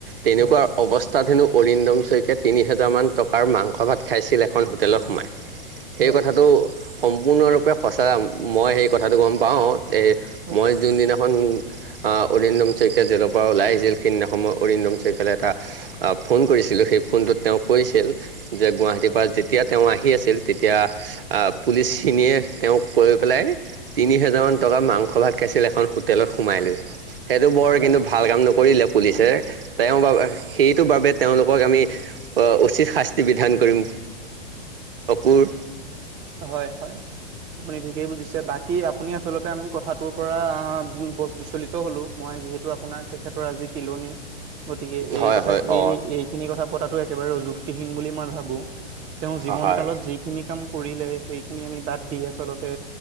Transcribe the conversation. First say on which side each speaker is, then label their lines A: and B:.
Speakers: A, on the right; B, on the right.
A: তেনেকুৱা
B: হয়
A: অৱস্থাত হেনো অৰিন্দম শকীয়া তিনি হোজাৰ মান টকাৰ মাংস ভাত খাইছিল এখন হোটেলত সোমাই সেই
B: হয়
A: কথাটো। সম্পূৰ্ণৰূপে সঁচা মই সেই কথাটো গম পাওঁ এই
B: হয়
A: মই যোনদিনাখন। অৰিন্দম শইকীয়ীয়া জেলৰ পৰা ওলাই আহিছিল সেইদিনা সময়ত অৰিন্দম শইকীয়ালে এটা ফোন কৰিছিল। ছিলোঁ সেই ফোনটোত তেওঁ কৈছিল যে গুৱাহাটীৰ পৰা যেতিয়া তেওঁ আহি আছিল তেতিয়া আ পুলিচখিনিয়ে। তেওঁক কৈ পেলাই তিনি হেজাৰমানান টকা মাংস ভাত খাইছিল এখন হোটেলত সোমাই লৈ। সেইটো বৰ
B: হয়
A: কিন্তু ভাল কাম নকৰিলে পুলিচে তেওঁৰ বাবে সেইটো বাবে। তেওঁলোকক আমি উচিত শাস্তি বিধান কৰিম, অকুৰ।
B: হয় হয়। আপুনি ঠিকেই বুজিছে বাকি আপুনি আচলতে আমি কথাটোৰ পৰা বিচলিত হলো মই। যিহেতু আপোনাৰ তেখেতৰ আজি তিলনি। গতিকে এই
A: হয়
B: কথা
A: হয়
B: এই
A: অ
B: এইখিনি কথা পতাটো একেবাৰে অযুক্তিহীন বুলি মই ভাবো। তেওঁ জীৱন
A: হয়।
B: কালত যিখিনি কাম। কৰিলে সেইখিনি আমি বাদ দি আচলতে